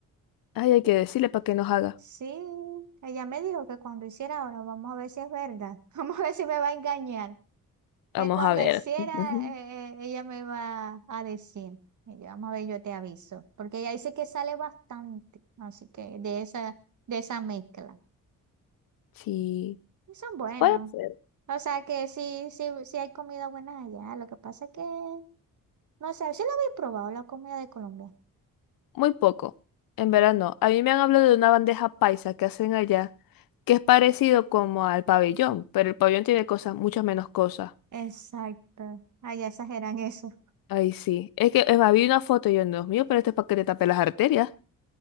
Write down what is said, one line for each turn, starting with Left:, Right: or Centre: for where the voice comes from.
Left: Ay, hay que decirle para que nos haga.
Right: Sí, ella me dijo que cuando hiciera ahora, vamos a ver si es verdad, <laughs> vamos a ver si me va a engañar. que
Left: Vamos
Right: cuando
Left: a ver.
Right: hiciera,
Left: Ujú.
Right: eh, eh, ella me iba a decir. Y yo, vamos a ver, yo te aviso. Porque ella dice que sale bastante, así que de esa, de esa mezcla.
Left: Sí.
Right: Y son buenos.
Left: Bueno, puede ser.
Right: O sea que sí, sí, sí hay comida buena allá. Lo que pasa es que, no sé, sí lo había probado, la comida de Colombia.
Left: muy poco. En verano. A mí me han hablado de una bandeja paisa que hacen allá, que es parecido como al pabellón, pero el pabellón tiene cosas, muchas menos cosas.
Right: Exacto. Allá exageran eso.
Left: Ay, sí. Es que, es más, vi una foto y yo, Dios mío, pero esto es para que te tape las arterias.